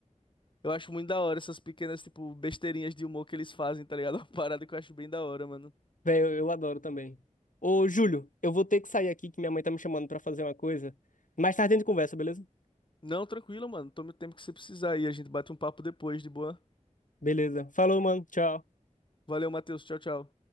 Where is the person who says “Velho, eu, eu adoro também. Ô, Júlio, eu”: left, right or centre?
Left